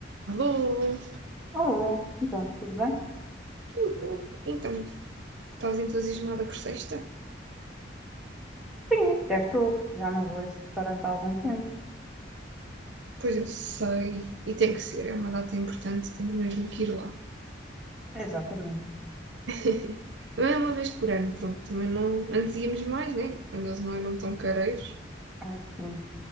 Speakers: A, on the right; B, in the centre.
A: Alô?
B: Alô, então, tudo bem?
A: Tudo? Então, estás entusiasmada por sexta?
B: Sim, até estou. Já não vou a esse restaurante há algum tempo.
A: Pois eu sei, e tem que ser, é uma data importante, temos mesmo que ir lá.
B: Exatamente.
A: <laughs> Não é uma vez por ano, pronto, também não. Antes íamos mais, né? Quando eles não eram tão careiros.
B: Assim,